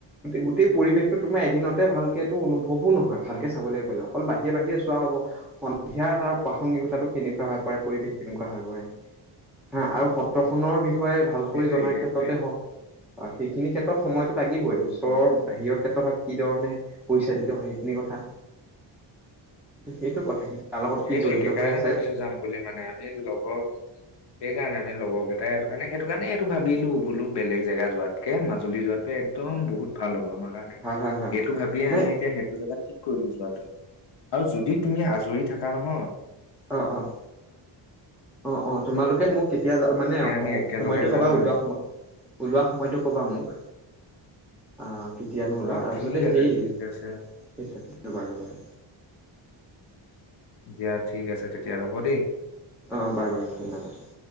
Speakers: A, in the centre; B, on the left.
A: গোটেই পৰিৱেশটো তোমাৰ এদিনতে ভালকে। অনুভৱো নহয় ভালকে চাব লাগিব। অকল বাহিৰে বাহিৰে চোৱা হ'ব সন্ধিয়াৰ তাৰ প্ৰাসংগিকতাটো কেনেকুৱা। পৰে পৰিৱেশ কেনেকুৱা হৈ পৰে হা আৰু সত্ৰখনৰ বিষয়। য়ে ভালকৈ
B: সেইটোৱে
A: জনাৰ
B: সেইটোৱে
A: ক্ষেত্ৰতে হওঁক। সেইখিনি ক্ষেত্ৰত সময়। লাগিবই ওচৰ
B: উম
A: বাহিৰৰ ক্ষেত্ৰত হক। কি ধৰণে পৰিচালিত হয় সেইখিনি কথা সেইটো কথা। তাৰ লগত
B: সেইটোৱে
A: কি জড়িত
B: সেইকাৰণে
A: হৈ আছে।
B: ভাবিছো যাম বুলি মানে আমি লগৰ সেই কাৰণে আমি লগৰ কেইটাই হেটো কাৰণে সেইটো কাৰণে এইটো ভাবিলো বোলো বেলেগ জেগা যোৱাতকে মাজুলী যোৱাত। একদম বহুত ভাল হ'ব আমাৰ কাৰণে
A: ভাল ভাল ভাল
B: সেইটো ভাবিয়ে
A: নাই
B: আমি এতিয়া সেইটো জোগাত। ক বিজাত। আৰু যদি তুমি আজৰিত। কাৰণহ।
A: অঁ অঁ অঁ অঁ তোমালোকে মোক কেতিয়া মানে
B: তেতিয়া আমি একেলগে
A: সময়টো
B: যাম
A: কবা ওলোৱা
B: মানে
A: সময় ওলোৱা সময়টো কবা মোক। অঁ। কেতিয়ানো ওলোৱা
B: অ
A: তাৰপিছতে
B: ঠিক আছে
A: সেইয়ে
B: ঠিক আছে
A: সেইটোৱ বাৰু বাৰু।
B: দিয়া ঠিক আছে তেতিয়া হ'ব দেই।
A: অঁ বাৰু বাৰু ধন্যবাদ অঁ।